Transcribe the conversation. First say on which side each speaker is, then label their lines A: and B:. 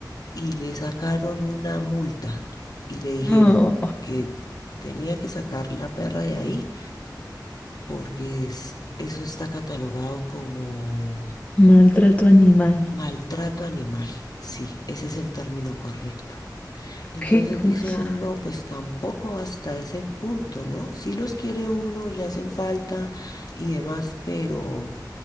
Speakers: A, on the left; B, on the left.
A: y le sacaron una multa y le dijeron
B: No,
A: que tenía que sacar la perra de ahí porque es- eso está catalogado como
B: maltrato animal.
A: Maltrato animal, sí, ese es el término correcto. Entonces
B: Qué cosa.
A: dice uno, no, pues tampoco hasta ese punto, ¿no? Sí los quiere uno, le hacen falta y demás, pero